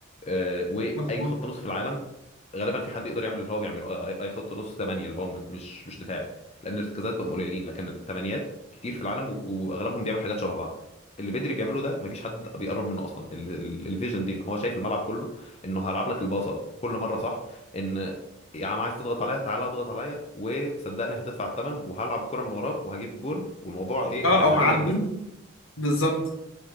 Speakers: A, on the left; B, on the left.
A: آه، واي
B: مظبوط
A: خط نص في العالم غالبا في حد يقدر يعمل اللي هو بيعمله آه، اي أي خط نص ثمانيه اللي هو م- مش مش دفاعي لان الارتكازات بقوا قليلين لكن الثمانيات كتير في العالم و... واغلبهم بيعمل حاجات شبه بعض اللي بدري بيعمله ده مفيش حد بيقرب منه اصلا ال- ال- الفيجن دي ان هو شايف الملعب كله انه هلعب لك الباصه كل مره صح ان يا عم عايز تضغط عليا تعالى اضغط عليا وصدقني هتدفع الثمن وهلعب الكرة من وراك وهجيب جون والموضوع ايه
B: اه
A: يعني
B: او
A: هتندم
B: هعدي
A: جدا
B: بالظبط